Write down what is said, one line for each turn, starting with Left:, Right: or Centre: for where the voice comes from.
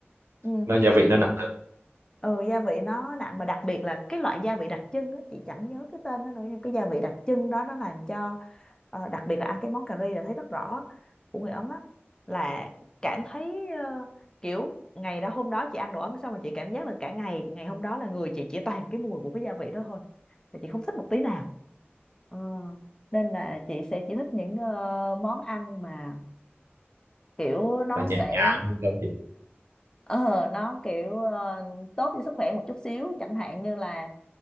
Left: ừ.
Right: nó gia vị nó nặng thật
Left: ừ gia vị nó nặng mà đặc biệt là cái loại gia vị đặc trưng á chị chẳng nhớ cái tên nó nữa nhưng cái gia vị đặc trưng đó nó làm cho ờ, đặc biệt là ăn cái món cà ri là thấy rất rõ của người Ấn á là cảm thấy ờ, kiểu ngày đó hôm đó chị ăn đồ Ấn xong rồi chị cảm giác là cả ngày ngày hôm đó là người chị chỉ toàn cái mùi của cái gia vị đó thôi là chị không thích một tí nào Ờ, nên là chị sẽ chỉ thích những ờ, món ăn mà kiểu nó
Right: là nhẹ
Left: sẽ
Right: nhàng hơn không chị
Left: ờ nó kiểu ờ, tốt cho sức khỏe một chút xíu chẳng hạn như là